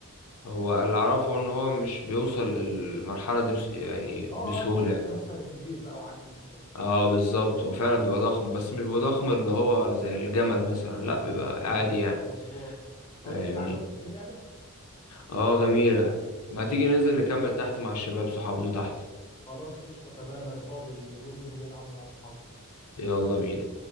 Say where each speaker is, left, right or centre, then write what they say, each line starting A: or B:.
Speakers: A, on the left; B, on the left.
A: هو اللي اعرفه ان هو مش بيوصل للمرحله دي بس يعني
B: اه
A: بسهوله
B: اه لما يبقى مثلا كبير بقى وعجز وكده
A: اه بالظبط هو فعلا بيبقى ضخم بس مش بيبقى ضخم اللي هو زي الجمل مثلا لا بيبقى
B: امم
A: عادي يعني
B: مظبوط طيب
A: فاهمني
B: انت عجبتك اللعبة؟
A: اه جميلة ما
B: خلاص
A: تيجي ننزل نكمل تحت مع الشباب صحابنا تحت
B: خلاص قشطة تمام انا فاضي ننزل نلعب مع اصحابي
A: يلا بينا